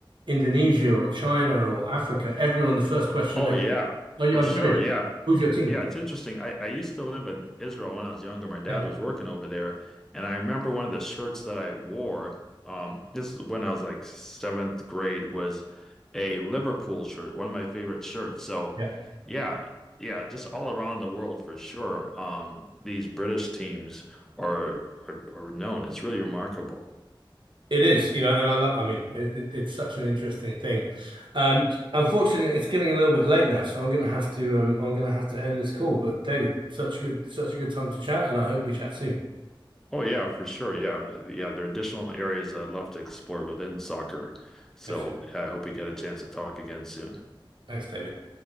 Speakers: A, on the right; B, in the centre.
A: Indonesia or China or Africa, everyone, the first question
B: Oh
A: they ask,
B: yeah,
A: are you,
B: for
A: I'm
B: sure.
A: British.
B: Yeah.
A: Who's your team?
B: Yeah, it's interesting. I, I used to live in Israel when I was younger. My dad
A: Yeah,
B: was working over there, and I remember one of the shirts that I wore, um, this is when I was like seventh grade, was a Liverpool shirt, one of my favorite shirts. So
A: yeah.
B: yeah, yeah, just all around the world for sure. Um, these British teams are are, are known. It's really remarkable.
A: It is, you know, and I love, I mean, it, it, it's such an interesting thing. Um, unfortunately, it's getting a little bit late now, so I'm gonna have to, um, I'm gonna have to end this call. But David, such a good, such a good time to chat, and I hope we chat soon.
B: Oh yeah, for sure. Yeah, uh, yeah. There are additional areas that I'd love to explore within soccer. So
A: Definitely.
B: yeah, I hope we get a chance to talk again soon.
A: Thanks, David.